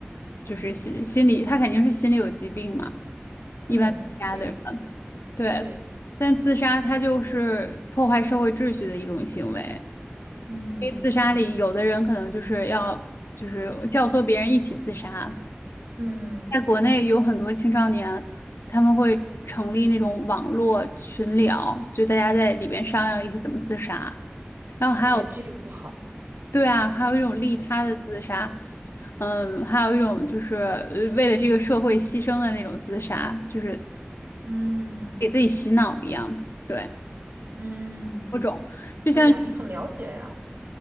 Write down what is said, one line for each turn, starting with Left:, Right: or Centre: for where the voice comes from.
Left: 就是心心理，他肯定是心理有疾病嘛，一般自杀的人，
Right: 嗯，对
Left: 对。
Right: 对，
Left: 但自杀他就是破坏社会秩序的一种行为，
Right: 嗯
Left: 因为自杀里有的人可能就是要就是教唆别人一起自杀。
Right: 嗯。
Left: 在国内有很多青少年，他们会成立那种网络群聊，就大家在里面商量一起怎么自杀。然后还有，
Right: 哎呀，这个不好。
Left: 对啊，还有一种利他的自杀，
Right: 嗯，
Left: 嗯，还有一种就是呃为了这个社会牺牲的那种自杀，就是
Right: 嗯
Left: 给自己洗脑一样，对，
Right: 嗯，
Left: 多种。就像，
Right: 哎呀，你很了解呀。